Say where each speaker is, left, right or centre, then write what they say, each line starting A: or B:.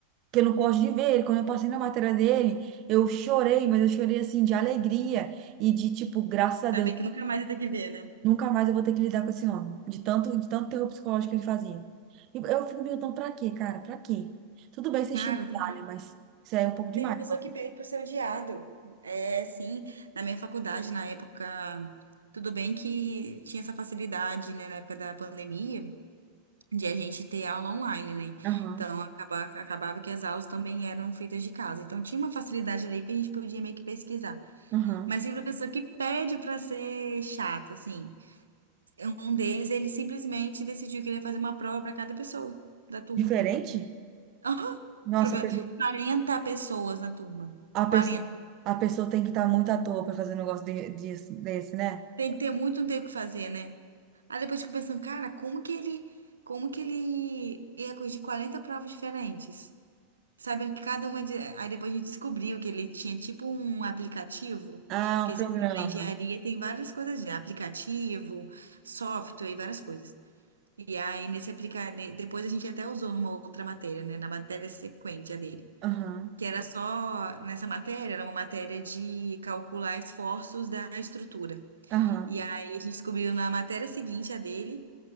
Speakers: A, on the right; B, on the right.
A: Que eu não gosto de ver ele. Quando eu passei na matéria dele, eu chorei, mas eu chorei assim de alegria e de tipo, graças a
B: Saber
A: Deus.
B: que nunca mais vai ter que ver, né?
A: Nunca mais eu vou ter que lidar com esse homem. De tanto, de tanto terror psicológico que ele fazia. E eu fico me perguntando, pra quê, cara? Pra quê? Tudo bem você
B: Cara,
A: estimular,
B: tem, pro-
A: né? Mas isso aí é um pouco demais.
B: tem professor
A: ó.
B: que pede pro ser odiado. É, sim. Na minha faculdade, na época, tudo bem que tinha essa facilidade, né, na época da pandemia, de a gente ter aula online, né?
A: Aham,
B: Então, acaba- acabava que as aulas também eram feitas de casa. Então, tinha uma facilidade ali que a gente podia meio que pesquisar.
A: aham.
B: Mas tem professor que pede pra ser chato, assim. Um deles, ele simplesmente decidiu que ele ia fazer uma prova pra cada pessoa da turma.
A: Diferente?
B: <laughs> Aham!
A: Nossa,
B: Prove-
A: a pessoa,
B: 40 pessoas na turma.
A: a pessoa,
B: quarenta
A: a pessoa tem que estar muito à toa pra fazer um negócio de, disso- desse, né?
B: Tem que ter muito, não tem o que fazer, né? Aí depois eu fico pensando, cara, como que ele, como que ele ia corrigir 40 provas diferentes? Sabendo que cada uma de... Aí depois a gente descobriu que ele tinha tipo um aplicativo,
A: Ah,
B: porque
A: um programa.
B: você sabe, na engenharia tem várias coisas de aplicativo, software e várias coisas. E aí, nesse aplicar, ne- depois a gente até usou numa outra matéria, né? Na matéria sequente a dele.
A: Aham,
B: Que era só, nessa matéria, era uma matéria de calcular esforços da estrutura.
A: aham.
B: E aí a gente descobriu na matéria seguinte a dele